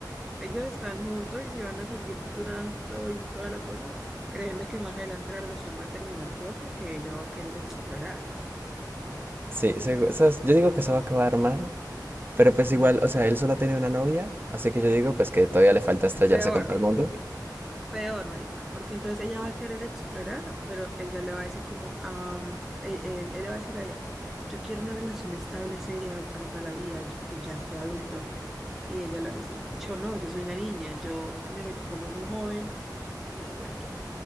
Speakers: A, in the centre; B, on the right (about 30°).
A: Ellos están juntos y se van a seguir durando y toda la cosa. Créeme que más adelante la relación va a terminar feo porque ella va a querer explorar.
B: Sí, segu- eso es- yo digo que eso va a acabar mal, pero pues
A: Ujú.
B: igual, o sea, él solo ha tenido una novia, así que yo digo pues que todavía le falta estrellarse
A: Peor,
B: contra el mundo.
A: peor, marica, porque entonces ella va a querer explorar, pero él ya le va a decir como, am, él, él- él le va a decir a ella, yo quiero una relación estable, seria para toda la vida, porque ya estoy adulto. Y ella le va a decir, yo no, yo soy una niña, yo me metí como muy joven y bueno.